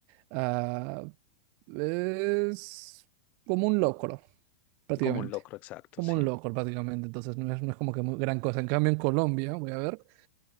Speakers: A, on the right; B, on the left.
A: ah, es como un locro, prácticamente,
B: Como un locro, exacto,
A: como
B: sí.
A: un locro prácticamente, entonces no es, no es como que muy gran cosa. En cambio, en Colombia, voy a ver,